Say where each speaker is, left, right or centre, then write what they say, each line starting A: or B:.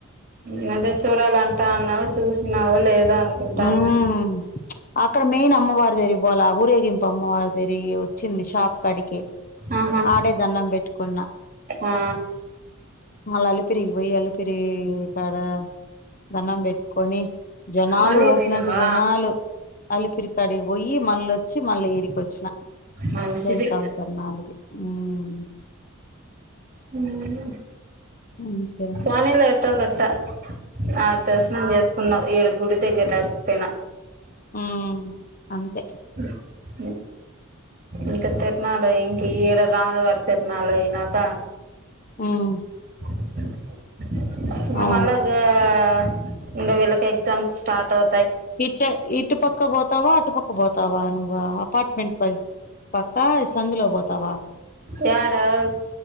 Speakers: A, on the right; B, on the left.
A: నువ్వే చూడాలంటా అన్నావు చూసినావ్ లేదో అనుకుంటాన్నా
B: హ్మ్ అక్కడ మెయిన్ అమ్మవార్ దేరిక్ పోళ్ళే ఊరేగింప్ పొమ్మవార్ దిరిగి వచ్చింది షాప్ కాడికి
A: ఆహా
B: ఆడే దన్నం బెట్ కున్న
A: ఆ
B: మళ్ల అలిపిరి బోయి అలిపిరీ కాడ దన్నం బెట్ కొని జాన్ ఆలు
A: మళ్ళీ
B: ఓప్
A: పోయినావా
B: నంత్ జనాలు అలిపిర్ కాడికి పోయి మల్లోచ్చి మళ్ళీ ఇడికోచ్ న
A: మంచిది
B: రొంన్ సంసా ర్ నాలుగు ఉమ్
A: ఉహుమ్
B: అంతే
A: పోనీలే ఎట్టో గట్ట ఆ దర్శనం చేస్ కున్నవు ఇడగు గుడిదగ్గర్ దక్ పెన
B: హ్మ్ అంతే
A: బ్లాంక్ ఇంక్ తిర్ నాలు ఇంకి ఈడ రాముల్ వార్ తిర్ నాలు యినాత
B: హ్మ్
A: బ్లాంక్ ఇంగ
B: అవును
A: మళ్ళ గా ఆ ఇంగ విళ్లక్ ఎగ్ జామ్స్ స్టార్ట్ అవ్
B: ఇట్ ఇటు పక్క పోతావా అటు పక్క పోతావా నువ్ అపార్ట్ మెంట్ పై పక్ కాయ్ సందులో పోతావా
A: యాడవ్